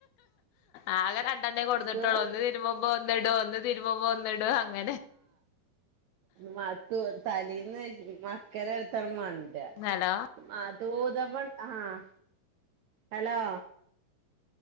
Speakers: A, on the left (about 80°); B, on the right (about 80°).
A: ആകെ രണ്ടെണ്ണേ കൊടുന്നിട്ടോള്ളൂ.
B: ഇത്
A: ഒന്ന് തിരുമ്പുമ്പോ ഒന്ന്ടും. ഒന്ന്, തിരുമ്പുമ്പോ ഒന്നിടുവങ്ങനെ.
B: മാ തലേന്ന് മക്കനെടുത്തട് മണ്ടയ.
A: ഹലോ
B: ആഹ് തൂതപ്പം ആഹ് ഹലോ